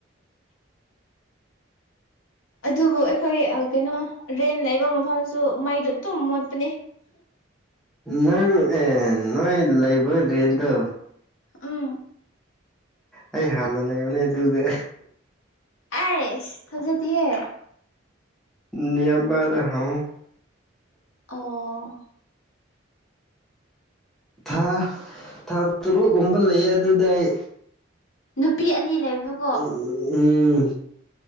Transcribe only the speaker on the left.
ꯑꯗꯨꯕꯨ ꯑꯩꯈꯣꯏ ꯀꯩꯅꯣ ꯔꯦꯟ ꯂꯩꯕ ꯃꯐꯝꯁꯨ ꯃꯩꯗꯣ ꯑꯗꯨꯝ ꯃꯨꯠꯄꯅꯦ
ꯎꯝ
ꯑꯁ ꯊꯥꯖꯗꯤꯍꯦ
ꯑꯣ
ꯅꯨꯄꯤ ꯑꯅꯤ ꯂꯩꯕꯗꯨ